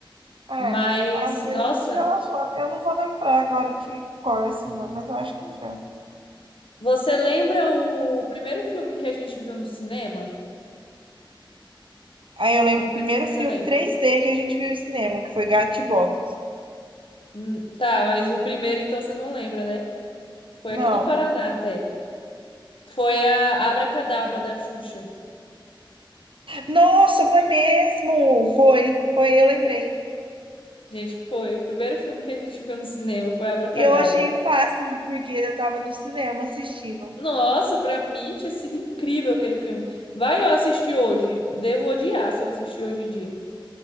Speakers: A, on the right; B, on the left.
A: É.
B: Mas,
A: Às
B: nossa,
A: vezes já só. Eu não vou lembrar agora de cor assim, não, mas eu acho que já.
B: você lembra o primeiro filme que a gente viu no cinema?
A: Aí eu lembro
B: Vamos
A: o primeiro
B: ver se você
A: filme
B: lembra.
A: três d que a gente viu em cinema, que foi Gato de Botas.
B: Hum, Tá, mas o primeiro então você não lembra, né? Foi
A: Não.
B: aqui no Paraná até. Foi a Abracadabra da Xuxa.
A: Nossa, foi mesmo! Foi, foi, eu lembrei.
B: Gente, foi o primeiro filme que a gente viu no cinema, foi Abracadabra.
A: Eu achei o máximo, porque eu tava no cinema assistindo.
B: Nossa, pra mim tinha sido incrível aquele filme. Vai eu assistir hoje, devo odiar se eu assistir hoje em dia.